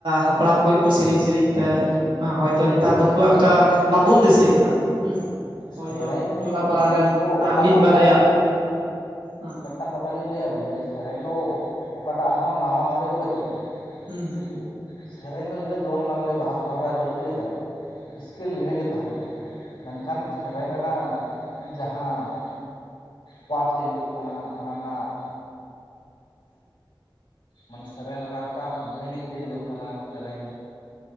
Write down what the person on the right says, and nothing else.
ᱦᱟᱯᱲᱟᱢ ᱠᱷᱚᱡ ᱠᱚ ᱥᱮᱨᱮᱤᱧ ᱥᱮᱨᱮᱤᱧ
ᱛᱮ
ᱦᱚᱭᱛᱚ ᱱᱮᱛᱟᱨ ᱫᱚ ᱠᱷᱩᱵ ᱮᱠᱴᱟ ᱵᱟᱵᱩᱱ ᱫᱤᱥᱟᱹᱭᱮᱫᱟ ᱦᱩᱸ
ᱦᱚᱭᱛᱚ ᱴᱚᱞᱟ ᱯᱟᱲᱟ ᱨᱮᱱ
ᱢᱤᱫ ᱵᱟᱨᱭᱟ
ᱦᱮᱸ ᱦᱩᱸ
ᱦᱩᱸ